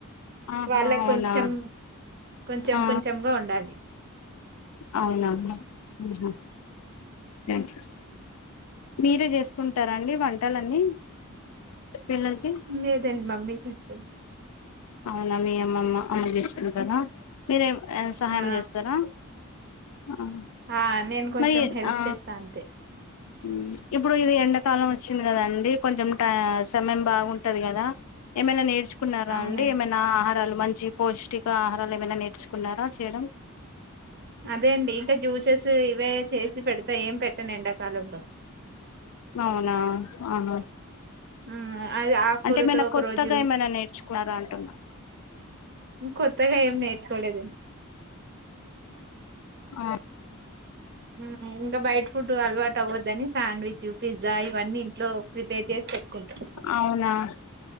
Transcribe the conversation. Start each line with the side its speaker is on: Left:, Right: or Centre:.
Left: ఆహా
Right: వాళ్ళ
Left: అవునా
Right: కొంచెం కొంచెం
Left: ఆ
Right: కొంచెంగా ఉండాలి
Left: అవునా ఆహ థ్యాంక్యు మీరే జేస్తుంటారా అండి వంటలన్నీ పిల్లలకి
Right: లేదండి మమ్మీ చేస్తది
Left: అవున మీ అమ్మమ్మ అమ్మ జేస్ తింటరా మీరేం సహాయం
Right: ఆ
Left: జేస్తారా ఆ
Right: ఆ నేను కొంచెం
Left: మరి ఏ
Right: హెల్ప్
Left: ఆ
Right: చేస్తా అంతే
Left: ఊ ఇప్పుడు ఇది ఎండాకాలం వచ్చింది కదండి కొంచెం ట సమయం బాగుంటది కదా ఏమైనా నేర్చుకున్నారా
Right: అవునండి
Left: అండి ఏమైనా ఆహార ఆహారాలు మంచి పౌష్టిక ఆహారాలు ఏమైనా నేర్చుకున్నారా చేయడం
Right: అదే అండి ఇంకా జ్యూసెస్ ఇవే చేసి పెడతా ఏం పెట్టను ఎండాకాలంలో
Left: అవునా ఆహా
Right: ఊ అది ఆకూరతో
Left: అంటే ఏమైనా
Right: ఒక
Left: కొత్తగా
Right: రోజు.
Left: ఏమైనా నేర్చుకున్నారా అంటున్నా
Right: కొత్తగా ఏం నేర్చుకోలేదండి.
Left: ఆ
Right: ఊ ఇంకా బయట్ ఫుడ్డూ అలవాటు అవ్వొద్దని శాండ్విజ్జు, పిజ్జా ఇవన్నీ ఇంట్లో ప్రిపేర్ చేసి పెట్టుకుంటాం.
Left: అవునా ఆ